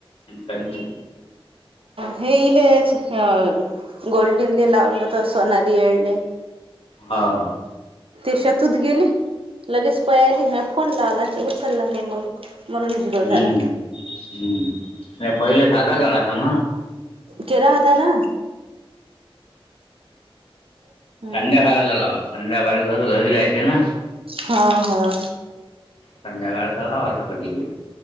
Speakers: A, on the left; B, on the right.
A: काही नाही
B: हे <unintelligible> हं गोल्डनली लावलं तर सोनाली येळणे.
A: हा हां
B: ते शेतूत गेली लगेच पळाली मग फोन लावला उचलला नाही मग. म्हणून झीरो
A: हम्म
B: झाला.
A: हम्म नाही पहिले साधा करायचा ना.
B: केला होता ना. हम्म
A: संध्याकाळचा लावा संध्याकाळी कसं घरी राहायचे ना.
B: हा हां
A: संध्याकाळला लावाचा कधीबी.